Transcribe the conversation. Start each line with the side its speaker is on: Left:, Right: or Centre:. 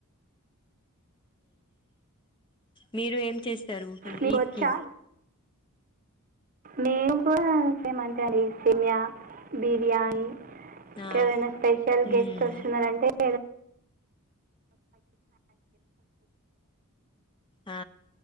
Left: మీరు ఏం చేస్తారు అసల
Right: మీకు
Left: ఈద్
Right: వచ్చా
Left: కి
Right: మేము కూడ సేమంతె రసిమయా బిర్యానీ ఇంకేదైన
Left: ఆ
Right: స్పెషల్
Left: మ్మ్
Right: గెస్ట్ వస్తున్నారంటే <inaudible>
Left: ఆ